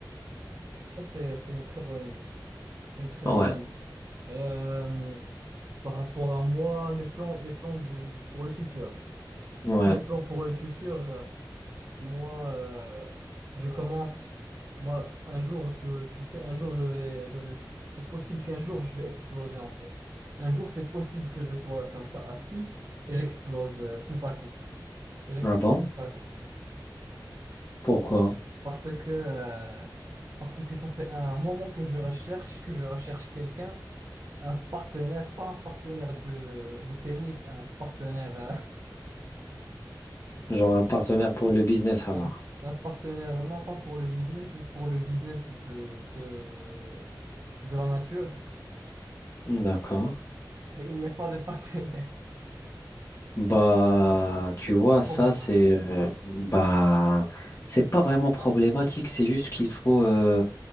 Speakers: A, on the right (about 50°); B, on the left (about 35°).
A: C'est, c'est une très bonne idée. C'est une très
B: Ouais,
A: bonne idée. Euh, par rapport à moi, mes plans, mes plans de, de- pour le futur.
B: ouais.
A: Mes plans pour le futur, euh, moi, euh, je commence... Moi, un jour, tu, tu sais, un jour, je vais... Je vais c'est possible qu'un jour, je vais exploser, en fait. Un jour, c'est possible que je sois comme ça, assis, et j'explose euh, tout à coup. Et j'explose
B: Ah bon?
A: tout à coup.
B: Pourquoi?
A: Parce que, euh, parce que ça fait un moment que je recherche, que je recherche quelqu'un, un partenaire, pas un partenaire de, de tennis, un partenaire, euh,
B: Genre un partenaire pour le business
A: <laughs>
B: alors.
A: un, un partenaire non pas pour le business, mais pour le business de, de, de la nature.
B: D'accord.
A: Mais il n'y a pas de partenaire.
B: Bah, tu vois,
A: <laughs> C'est problématique.
B: ça, c'est, euh, bah, c'est pas vraiment problématique. C'est juste qu'il faut. euh,